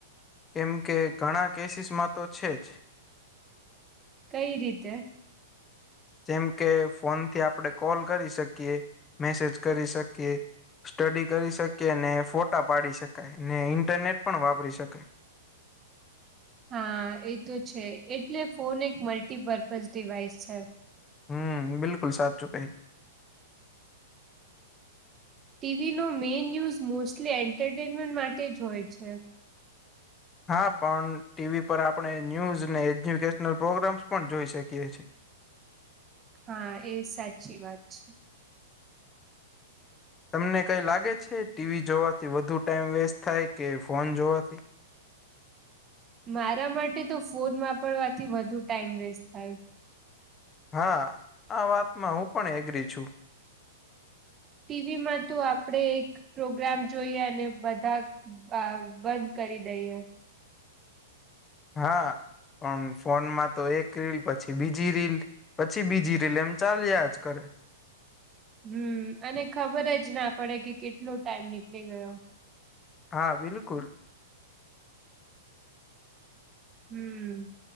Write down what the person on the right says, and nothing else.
કઈ રીતે?
હા એ તો છે. એટલે ફોન એક મલ્ટીપર્પઝ ડિવાઈસ છે.
ટી વી નો મેઈન ન્યુઝ મોસ્ટલી એન્ટરટેનમેન્ટ માટે જ હોય છે.
હા એ સાચી વાત છે.
મારા માટે તો ફોન વાપરવાથી વધુ ટાઈમ વેસ્ટ થાય.
ટી વી માં તો આપડે એક પ્રોગ્રામ જોઈએ અને બધા અહ બંધ કરી દઈએ.
હમ્મ. અને ખબર જ ના પડે કે કેટલો ટાઈમ નીકળી ગયો.
હમ્મ.